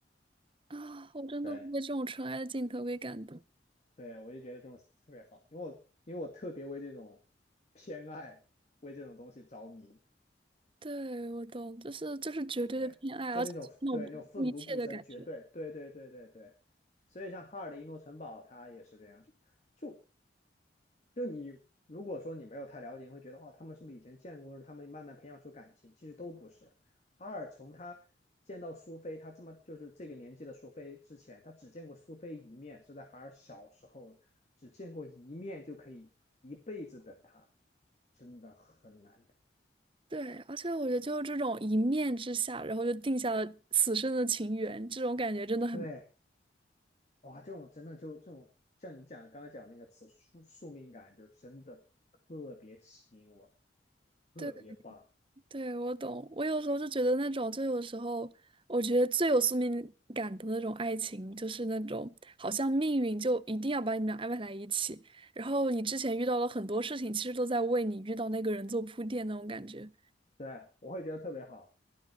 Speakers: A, on the right (about 30°); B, on the left (about 40°).
A: <laughs> 啊，我真的会被这种纯爱的镜头给感动。
B: 对。对，我就觉得这种特别好，因为我因为我特别为这种偏爱，为这种东西着迷，
A: 对，我懂，就是就是绝对的偏爱，
B: 对，就那种对那种奋不顾身，
A: 而且是那种不顾一切的感觉。
B: 绝对，对对对对对，所以像哈尔的《移诺城堡》，它也是这样，就就就你如果说你没有太了解，你会觉得哇，他们是不是以前见过？他们慢慢培养出感情，其实都不是。哈尔从他见到苏菲，他这么就是这个年纪的苏菲之前，他只见过苏菲一面，是在哈尔小时候只见过一面就可以一辈子等他，真的很难的
A: 对，而且我觉得就是这种一面之下，然后就定下了此生的情缘，这种感觉真的很。
B: 对，哇，这种真的就这种像你讲刚才讲那个词宿宿命感，就真的特别吸引我，特别棒。
A: 对。对，我懂。我有时候就觉得那种，就有时候我觉得最有宿命感的那种爱情，就是那种好像命运就一定要把你们俩安排在一起，然后你之前遇到了很多事情，其实都在为你遇到那个人做铺垫那种感觉。
B: 对，我会觉得特别好。